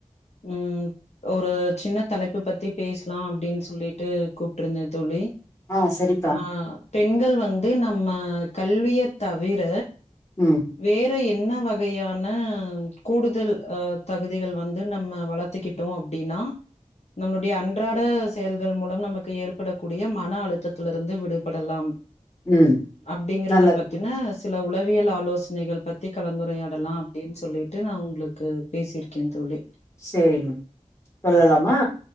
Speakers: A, on the left; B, on the left.
A: ம் ஒரு சின்ன தலைப்பு பத்தி பேசலா அப்படின் சொல்லிட்டு கூப்ட்டு இருந்த தோழி
B: ஆ சரிப்பா
A: ஆ பெண்கள் வந்து நம்ம கல்விய தவிர
B: ம்
A: வேற என்ன வகையான கூடுதல் தகுதிகள் வந்து நம்ம வளர்த்துக்கிட் ட்டோ அப்டின்னா நம்மளுடைய அன்றாட செயல்கள் மூலம் நமக்கு ஏற்படக்கூடிய மன அழுத்தத்துல இருந்து விடுபடலாம்
B: ம்
A: அப்பங்கறத
B: நல்லது
A: பத்தின சில உளவியல் ஆலோசனைகள் பத்தி கலந்துரையாடலா அப்டின்னு சொல்லிட்டு நா உங்களுக்கு பேசிருக்கே தோழி
B: சேரிமா உரலலாமா